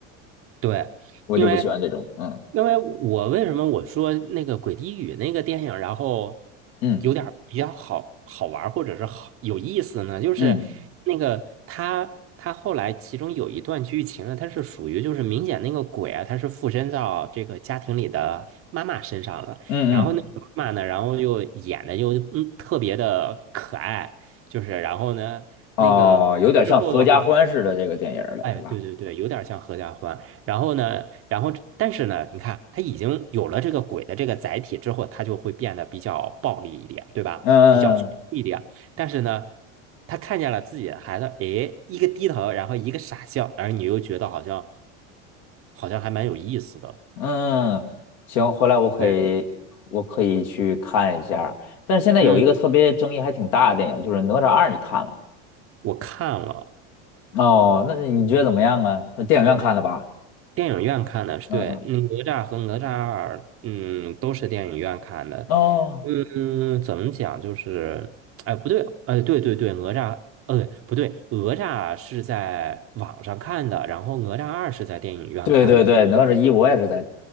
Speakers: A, on the right; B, on the left.
A: 对，
B: 我就不喜欢这种，
A: 因为
B: 嗯
A: 因为我为什么我说那个《鬼地狱》那个电影，然后
B: 嗯
A: 有点儿比较好好玩儿或者是好有意思呢？就是那个他他后来其中有一段剧情呢，
B: 嗯
A: 它是属于就是明显那个鬼啊，他是附身到这个家庭里的妈妈身上了，
B: 嗯嗯，
A: 然后那个妈妈呢，然后又演的又嗯特别的可爱，就是然后呢那个之后的话。
B: 哦，有点像合家欢似的这个电影儿了，
A: 哎，
B: 是吧？
A: 对对对，有点像合家欢。然后呢，然后但是呢，你看，他已经有了这个鬼的这个载体之后，他就会变得比较暴力一点，对吧？
B: 嗯嗯
A: 比较凶一点。但是呢，他看见了自己的孩子，诶，一个低头，然后一个傻笑，而你又觉得好像好像还蛮有意思的。
B: 嗯，行，回来我可以我可以去看一下但是现在有一个特别争议还挺大的电影，
A: 对，嗯，
B: 就是《哪吒二》，你看了吗？
A: 我看了。
B: 哦，那你觉得怎么样啊？在电影院看的吧？
A: 电影院看的，是对，
B: 嗯嗯。
A: 嗯哪吒和哪吒二，嗯，都是电影院看的。
B: 哦，
A: 嗯，怎么讲？就是，哎，不对，哎，对对对，哪吒，呃，不对，哪吒是在网上看的，然后哪吒二是在电影院看的。
B: 对对对，哪吒一我也是在